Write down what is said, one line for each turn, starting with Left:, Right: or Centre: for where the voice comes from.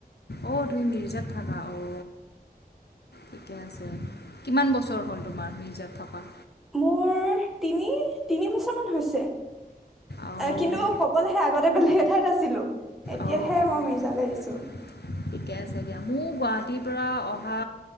Left: অ তুমি মিৰজাত থাকা অ ঠিকে আছে, কিমান বছৰ হ'ল তোমাৰ মিৰ্জাত থকা
Centre: মোৰ তিনি তিনি বছৰ মান হৈছে।
Left: অ'
Centre: এ কিন্তু কবলৈহে আগতে বেলেগ এঠাইত আছিলো এতিয়াহে
Left: অ'
Centre: মই
Left: অ'
Centre: মিৰ্জালৈ আহিছো
Left: <unintelligible> ঠিকে আছে দিয়া মোৰ গুৱাহাটীৰ পৰা অহা